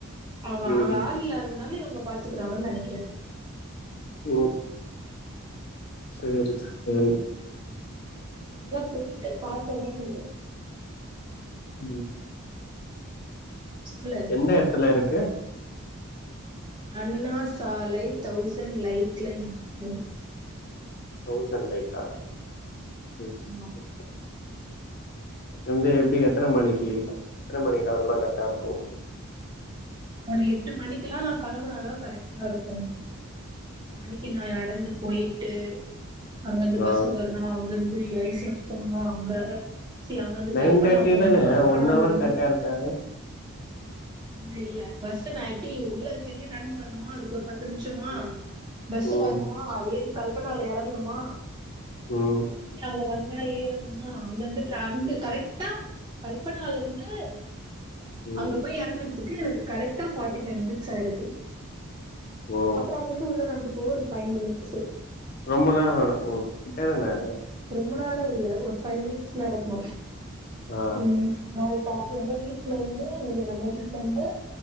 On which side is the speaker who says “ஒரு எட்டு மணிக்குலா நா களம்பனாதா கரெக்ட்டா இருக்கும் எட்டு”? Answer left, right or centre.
Right